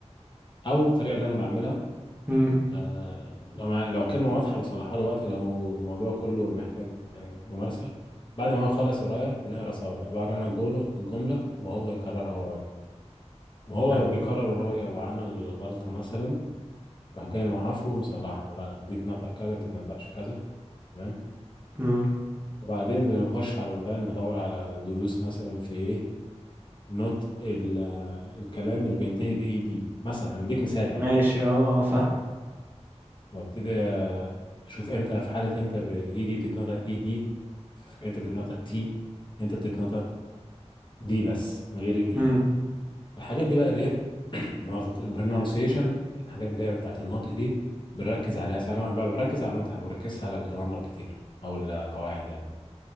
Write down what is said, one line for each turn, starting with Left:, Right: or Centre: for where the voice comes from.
Left: أو الطريقة اللي أنا بعملها
Right: امم
Left: آه لو مع... لو الكلمة واضحة بصلحها له وقت لو الموضوع كله محتاج يعني ممارسة بعد ما هو يخلص قراية بنقرا سوا بقى. بقرا أنا الجملة الجملة وهو يكررها ورايا وهو
Right: فاهم؟
Left: لو بيكرر ورايا وعمل غلطة مثلا راح جاي موقفه ومصلح له لا دي تتنطق كذا ما تتنطقش كذا تمام
Right: امم
Left: وبعدين بنخش على الأونلاين بدور على دروس مثلا في إيه نوت ال... الكلام اللي بينتهي بإيه دي مثلا أنا بديك مثال
Right: ماشي
Left: يعني
Right: اه اه فاهم
Left: وابتدي اشوف امتى في حاله امتى بالاي دي بتتنطق اي دي امتى بتتنطق تي امتى بتتنطق دي بس من غير الاي
Right: امم
Left: الحاجات دي بقى اللي هي <clears throat> معظم البرونسيشن الحاجات اللي هي بتاعت النطق دي بنركز عليها بس انا ب- بركز على النطق يعني ما بركزش على الجرامر كتير او القواعد يعني